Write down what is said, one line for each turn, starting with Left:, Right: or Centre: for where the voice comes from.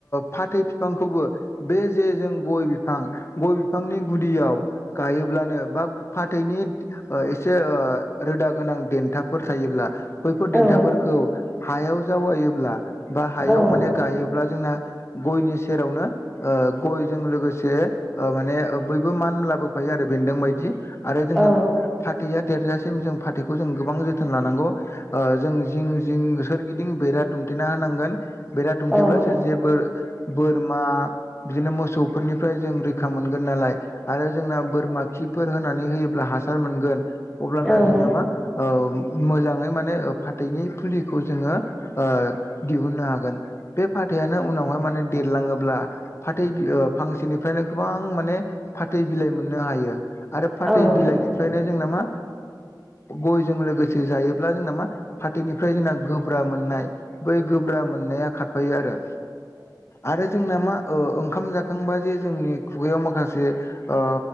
Left: फाथै बिफांखौबो बे जे जों गय बिफां गय बिफांनि गुदियाव गायोब्लानो बा फाथैनि ओ एसे ओ रोदा गोनां देन्थाफोर थायोब्ला बैफोर देन्थाफोरखौ
Centre: औ
Left: हायाव जावायोब्ला बा हायाव
Centre: औ
Left: माने गायोब्ला जोंना गयनि सेरावनो ओ गयजों लोगोसे ओ माने बयबो मान लाबोफायो आरो बेन्दों बायदि आरो जोंना
Centre: औ
Left: फाथैया देरजासिम जों फाथैखौ जों गोबां जोथोन लानांगौ ओ जों जिं जिं सोरगिदिं बेरा दुमथेना होनांगोन बेरा दुमथेब्लासो
Centre: औ
Left: जेबो बोर बोरमा बिदिनो मोसौफोरनिफ्राय जों रैखा मोनगोन नालाय। आरो जोंना बोरमा खिफोर होनानै होयोब्ला हासार मोनगोन अब्लाना
Centre: औ
Left: जोङो मा औ मोजाङै माने फाथैनि फुलि खौ जोङो ओ दिहुननो हागोन बे फथायानो उनावहाय माने देरलाङोब्ला फाथै बि फांसेनिफ्रायनो गोबां माने फाथै बिलाइ मोननो हायो। आरो फाथै
Centre: औ
Left: बिलाइनि बेफ्रायनो जोंनामा गयजों लोगोसे जायोब्ला जोंनामा फाथैनिफ्राय जोंना गोब्रा मोननाय बै गोब्रा मोननाया खारफायो आरो आरो जोंना मा ओ ओंखाम जाखांबा जे जोंनि खुगायाव माखासे ओ